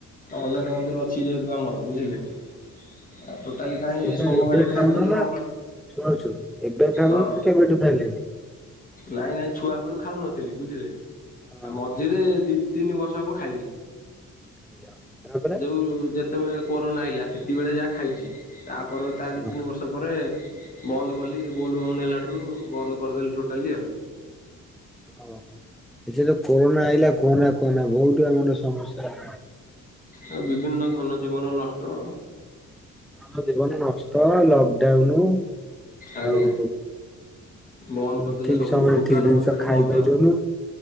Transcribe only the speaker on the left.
ହନୁମାନ ମନ୍ଦିର ଅଛି ଯେହେତୁ ଆମର ବୁଝିଲେ। ଆ ଟୋଟାଲି କାଇଁକି
ସୋମବାରେ
ଖାଇବିନି
ମଙ୍ଗଳ
ହଁ
ନାଇଁ ନାଇଁ ଛୁଆ ବେଳୁ ଖାଉନଥିଲି ବୁଝିଲେ।
ଆଉ ମ ଝିରେ ଦି ତିନି ବର୍ଷ ହବ ଖାଇଲି।
ଏ ଯୋଉ ଯେ ତେବେଳେ କୋରନା ଆଇଲା ସେତିକିବେଳେ ଯାହା ଖାଇଚି। ତାପର ତା
ଦି ତିନି ବର୍ଷ ପରେ ବନ୍ଦ କଲି ବୋଲ ବମ୍ ନେଲାଠାରୁ ବନ୍ଦ କରିଦେଲି ଟୋଟାଲି ଆଉ।
ଆଉ ବିଭିନ୍ନ ଧନ ଜୀବନ ନଷ୍ଟ।
ଆଜ୍ଞା
ବନ୍ଦ
କରିଦେଲେ
ସବୁ
ଦୋକାନ
ବଜାର
ବନ୍ଦ।